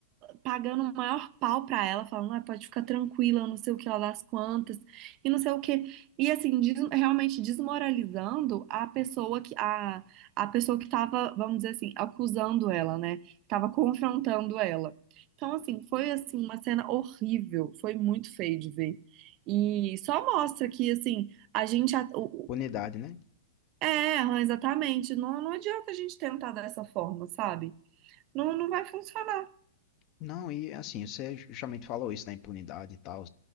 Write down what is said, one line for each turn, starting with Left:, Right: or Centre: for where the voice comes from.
Right: pagando o maior pau pra ela, falando, ah, pode ficar tranquila, não sei o que lá das quantas, e não sei o que E assim, des- realmente desmoralizando a pessoa que a, a pessoa que tava, vamos dizer assim, acusando ela, né? Que tava confrontando ela. Então, assim, foi assim uma cena horrível, foi muito feio de ver. E só mostra que assim, a gente a- o-
Left: Unidade,
Right: o-
Left: né?
Right: é, Rã, exatamente, não, não adianta a gente tentar dessa forma, sabe? Não, não vai funcionar.
Left: Não, e assim, você justamente falou isso da impunidade e tal.